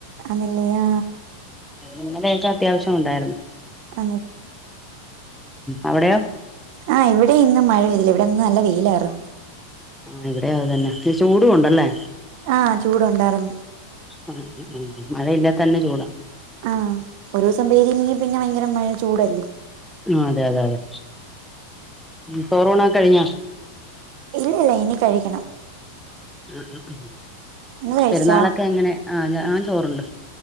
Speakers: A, on the right; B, in the centre.
A: അങ്ങനെയാ
B: ഇന്നലെയൊക്കെ അത്യാവശ്യം ഒണ്ടായിരുന്ന്
A: <unintelligible>
B: അവിടെയോ
A: ആ ഇവിടെ ഇന്ന് മഴ പെയ് ഇവിടങ്ങ് നല്ല വെയിലാർന്ന്
B: ആഹ് ഇവിടെയും അത് തന്നെ ത്തി ചൂടും ഉണ്ടല്ലേ
A: ആ ചൂടുണ്ടായിരുന്നു
B: അ അ ആ മഴയില്ലെ തന്നെ ചൂടാ
A: ആ ഒരൂസം പെയ്തില്ലെങ്കി പിന്നെ ഭയങ്കര മഴ ചൂടല്ലേ
B: അതെ അതെ അതെ. ചോറൂണൊക്കെ കഴിഞ്ഞാ
A: ഇല്ല. ഇനി കഴിക്കണം
B: അ അ ആ
A: നിങ്ങള് കഴിച്ചാ
B: പെരുന്നാളൊക്കെ അങ്ങനെ ആ ഞാൻ ചോറുണ്ട്